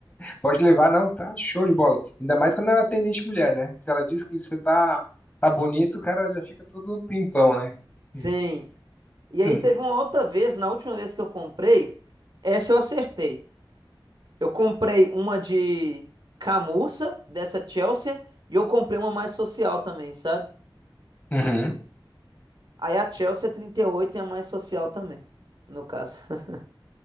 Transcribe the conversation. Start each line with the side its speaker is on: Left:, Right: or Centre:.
Left: Pode levar, não, tá show de bola. Ainda mais quando é uma atendente mulher, né? Se ela diz que você tá, tá bonito, o cara já fica todo pimpão, né?
Right: Sim.
Left: Hum,
Right: E aí
Left: hum,
Right: teve uma outra vez, na última vez que eu comprei, essa eu acertei. Eu comprei uma de camurça, dessa Chelsea, e eu comprei uma mais social também, sabe?
Left: Uhum.
Right: Aí a Chelsea é trinta e oito é a mais social também, no caso. <laughs>